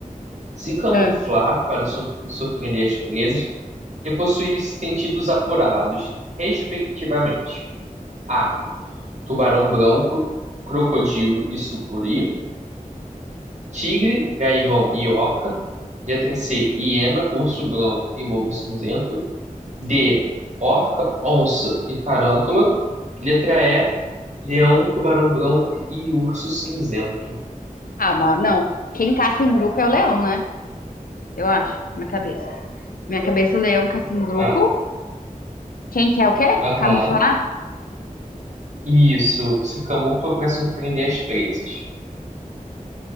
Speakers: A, on the right; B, on the left.
A: se camuflar
B: É.
A: para sur- surpreender as presas e possuir sentidos apurados, respectivamente. A. Tubarão branco, crocodilo e sucuri. Tigre, gaivão e orca. Letra C. Hiena, urso branco e lobo cinzento. D. Orca, onça e tarântula. Letra E. Leão, tubarão branco e urso cinzento.
B: Calma, não. Quem caça em grupo é o leão, né? Eu acho, na minha cabeça. Minha cabeça, o leão caça em grupo.
A: Ah,
B: Quem quer o quê?
A: aham.
B: Camuflar?
A: Isso. Se camufla para surpreender as presas.